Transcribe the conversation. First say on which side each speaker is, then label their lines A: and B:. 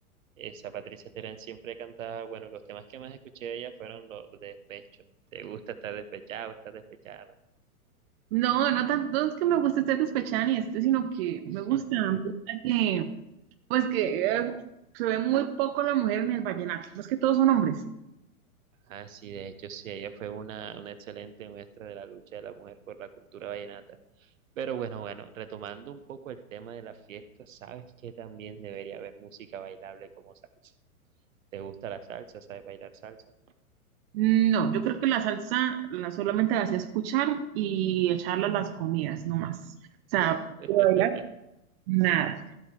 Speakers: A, on the right (about 60°); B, on the right (about 40°).
A: esa Patricia Terán siempre cantaba, bueno, los temas que más escuché de ella fueron los de despecho. ¿Te gusta estar despechado, estar despechado?
B: No, no tanto es que me guste este despechada ni este, sino que
A: <laughs>
B: me gusta, me gusta que, pues que eh, se ve muy poco la mujer en el vallenato, no es que todos son hombres.
A: Ah, sí, de hecho, sí, ella fue una, una excelente muestra de la lucha de la mujer por la cultura vallenata. Pero bueno, bueno, retomando un poco el tema de la fiesta, sabes que también debería haber música bailable como salsa. ¿Te gusta la salsa? ¿Sabes bailar salsa?
B: No, yo creo que la salsa la solamente la sé escuchar y echarla a las comidas, no más. O sea,
A: <laughs>
B: de bailar, nada.